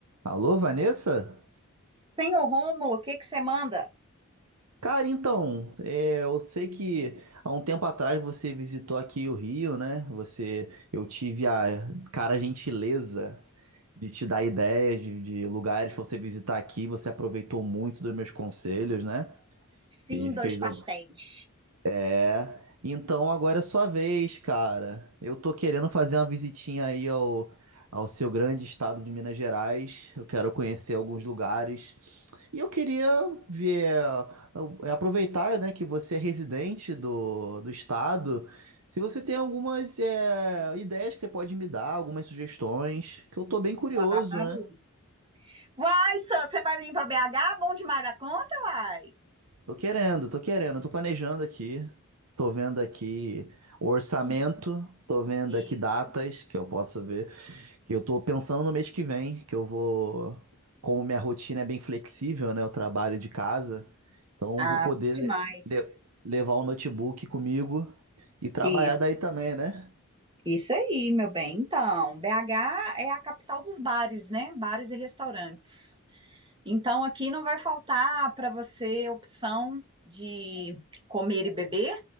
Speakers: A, on the right; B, on the right.
A: Alô, Vanessa?
B: Senhor Rômulo, o que que você manda?
A: Cara, então, é, eu sei que há um tempo atrás você visitou aqui o Rio, né? Você, eu tive a cara gentileza de te dar ideias de, de lugares pra você visitar aqui. Você aproveitou muito dos meus conselhos, né?
B: Sim,
A: E fez.
B: dois
A: al-
B: pastéis.
A: É. Então agora é sua vez, cara. Eu tô querendo fazer uma visitinha aí ao, ao seu grande estado de Minas Gerais. Eu quero conhecer alguns lugares. E eu queria ver, eh, aproveitar, né, que você é residente do, do estado, se você tem algumas é, ideias que você pode me dar, algumas sugestões, que eu tô bem curioso,
B: Claro.
A: né?
B: Vai, só, você vai vir para BH? Bom demais da conta, vai.
A: Tô querendo, tô querendo, tô planejando aqui, tô vendo aqui o orçamento,
B: Hum,
A: tô vendo
B: Isso.
A: aqui datas que eu posso ver. Que eu tô pensando no mês que vem, que eu vou. Como minha rotina é bem flexível, né? Eu trabalho de casa, então
B: Ah,
A: eu vou poder
B: bom demais.
A: le- le- levar o notebook comigo e trabalhar
B: Isso.
A: daí também, né?
B: Isso aí, meu bem. Então, BH é a capital dos bares, né? Bares e restaurantes. Então, aqui não vai faltar para você opção de comer e beber.